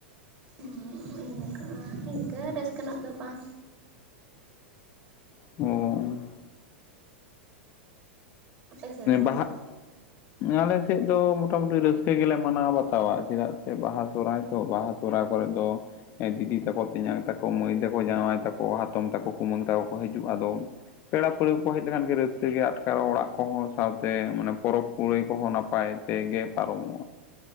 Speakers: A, on the right; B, on the left.
A: ᱩᱸ ᱚᱝᱠᱟ ᱚᱝᱠᱟ ᱨᱟᱹᱥᱠᱟᱹᱱᱟᱜ ᱫᱚ ᱵᱟᱝ
B: ᱚ
A: ᱟᱯᱮ ᱥᱮᱱ ᱫᱚ
B: ᱵᱟᱦᱟ
A: ᱜᱚᱝᱠᱮ
B: ᱟᱞᱮ ᱥᱮᱫ ᱫᱚ ᱢᱚᱴᱟᱢᱩᱴᱤ ᱨᱟᱹᱥᱠᱟᱹ ᱜᱮᱞᱮ ᱢᱟᱱᱟᱣ ᱵᱟᱛᱟᱣᱟ ᱪᱮᱫᱟᱜ ᱥᱮ ᱵᱟᱦᱟ ᱥᱚᱦᱨᱟᱭ ᱛᱚ ᱵᱟᱦᱟ ᱥᱚᱦᱨᱟᱭ ᱠᱚᱨᱮ ᱫᱚ ᱦᱮᱸ, ᱫᱤᱫᱤ ᱛᱟᱠᱚ, ᱛᱮᱧᱟᱝ ᱛᱟᱠᱚ, ᱢᱟᱹᱭ ᱛᱟᱠᱚ, ᱡᱟᱶᱟᱭ ᱛᱟᱠᱚ, ᱦᱟᱛᱚᱢ ᱛᱟᱠᱚ, ᱠᱩᱢᱟᱹᱝ ᱛᱟᱠᱚ ᱠᱚ ᱦᱤᱡᱩᱜ-ᱟ ᱟᱫᱚ ᱯᱮᱲᱟ ᱯᱟᱹᱦᱬᱟᱹ ᱠᱚ ᱦᱮᱡ ᱞᱮᱠᱷᱟᱱ ᱜᱮ ᱨᱟᱹᱥᱠᱟᱹᱜ ᱜᱮ ᱟᱴᱠᱟᱨᱚᱜ ᱚᱲᱟᱜ ᱠᱚᱦᱚᱸ ᱥᱟᱶᱛᱮ ᱢᱟᱱᱮ ᱯᱚᱨᱚᱵᱽ ᱠᱩᱲᱟᱹᱭ ᱠᱚᱦᱚᱸ ᱱᱟᱯᱟᱭ ᱛᱮ ᱜᱮ ᱯᱟᱨᱚᱢᱚᱜ-ᱟ